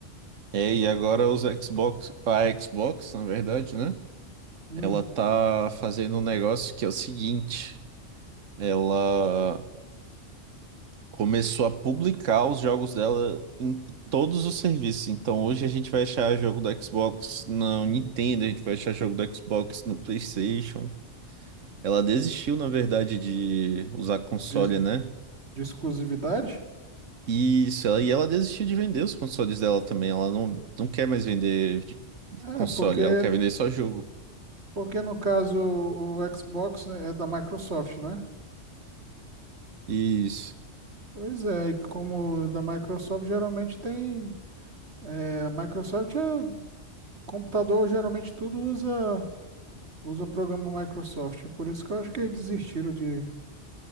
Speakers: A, on the right (about 80°); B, on the right (about 60°).
A: É, e agora os Xbox, a Xbox, na verdade, né?
B: Hum.
A: Ela tá fazendo um negócio que é o seguinte, ela começou a publicar os jogos dela em todos os serviços. Então hoje a gente vai achar jogo do Xbox no Nintendo, a gente vai achar jogo do Xbox no PlayStation. Ela desistiu, na verdade, de usar console,
B: Diz-
A: né?
B: De exclusividade?
A: Isso, ela, e ela desistiu de vender os consoles dela também. Ela não, não quer mais vender de-
B: É,
A: console,
B: porque,
A: ela quer vender só jogo.
B: porque no caso o Xbox né, é da Microsoft, né?
A: Isso.
B: Pois é, e como da Microsoft geralmente tem. É, a Microsoft é computador, geralmente tudo usa usa o programa Microsoft. Por isso que eu acho que eles desistiram de,